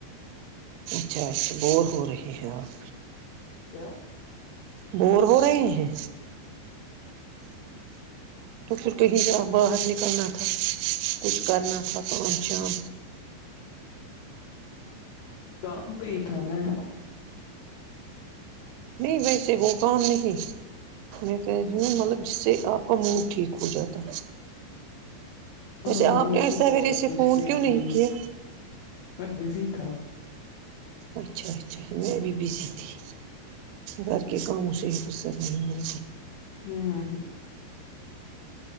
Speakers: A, on the right (about 80°); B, on the left (about 70°).
A: اچھا اچھا بور ہو رہ ہے آپ
B: کیا
A: بور ہو رہے ہیں تور کہہ ج باہر نکل ن تھاا کچھ کرنااتا کا شام
B: کام پہ ہی تھا میں
A: نہیں ویسے وہ کام نہیں میں کہہ رہی ہوں مطلب جس سے آپ کا موڈ ٹھیک ہو جاتا
B: ہاں
A: اچھا
B: وہی
A: آپ نے ای
B: تو
A: سوییرے
B: کال تو
A: سے
B: اس
A: فون
B: لیے
A: کیوں نہیں
B: کی
A: کیا
B: میں بزی تھا
A: اچھا اچھاچھا میں بھی بزی تھی گھر کے کاموں سے حفصت ج می
B: ہاں ہاں ہاں